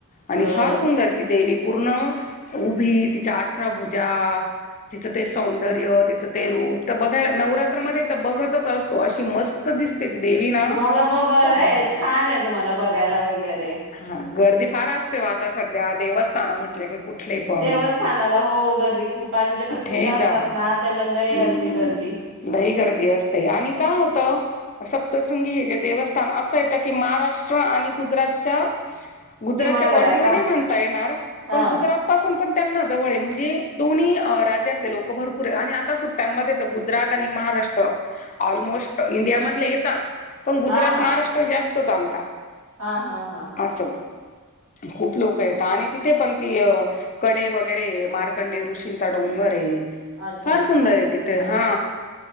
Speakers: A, on the left (about 35°); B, on the right (about 70°).
A: आणि
B: बरोबर
A: फार सुंदर ती देवी पूर्ण उभी तिच्या अठरा भुजा, तिचं ते सौंदर्य, तिचं ते रूप तर बघाय नवरात्रामध्ये तर बघतच असतो. अशी मस्त दिसते. ती देवी ना
B: तुम्हाला म बरं
A: बापरे
B: आय, छान हाय तुम्हाला बघायला वगैरे.
A: हा गर्दी फार असते हो आता सध्या देव ताना म्हटले की कुठले पण,
B: देवस्थानाला हो गर्दी खूप आणि जे
A: कुठे
B: प्रसिद्ध
A: ही
B: असतात
A: जा,
B: ना त्याला लय
A: हंम्म
B: असते गर्दी
A: लै गर्दी असते आणि काय होत तसंगी हे जे देवस्थान असं येतं की महाराष्ट्र आणि गुजरातच्या गुजरातच्या
B: सीमाळवेर
A: बॉंड्री
B: आहे
A: वर
B: का
A: नाही म्हणता येणार.
B: हा
A: पण गुजरात पासू पण त्यांना जवळ म्हणजे दोन्ही राज्यातले लोक भरपुर आणि आता सुट्ट्या मध्ये तर गुजरात आणि महाराष्ट्र ऑलमोस्ट इंडीयामधले येतात. पण गुजरात,
B: हा हा
A: महाराष्ट्र जास्त तोच आलता.
B: हा हा हा
A: अस खूप लोक येता आणि ति तिे पण ती कडे वगैरे मारकंडे ऋषींचा डोंगरए
B: अच्छा
A: फार
B: अच्छा
A: सुंदर आहे तिथ. ते हा